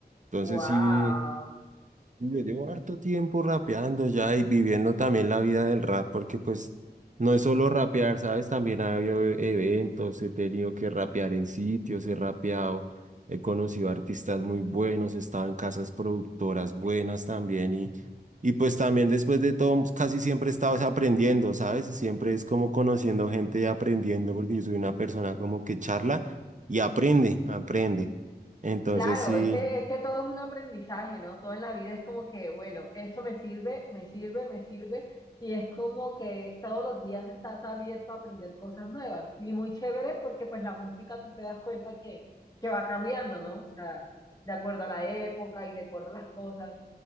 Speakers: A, on the right; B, on the left.
A: Entonces
B: Guau.
A: sí. Yo llevo harto tiempo rapeando ya y viviendo también la vida del rap, porque pues no es solo rapear, ¿sabes? También ha habido eventos, he tenido que rapear en sitios, he rapeado, he conocido artistas muy buenos, he estado en casas productoras buenas también y, y pues también después de todo casi siempre he estado es aprendiendo, ¿sabes? Siempre es como conociendo gente y aprendiendo, porque yo soy una persona como que charla y aprende, aprende. Entonces
B: Claro,
A: sí.
B: es que, es que todo es un aprendizaje, ¿no? Todo en la vida es como que, bueno, esto me sirve, me sirve, me sirve, y es como que todos los días estás abierto a aprender cosas nuevas. Y muy chévere porque pues la música tú te das cuenta que, que va cambiando, ¿no? O sea, de acuerdo a la época y de acuerdo a las cosas,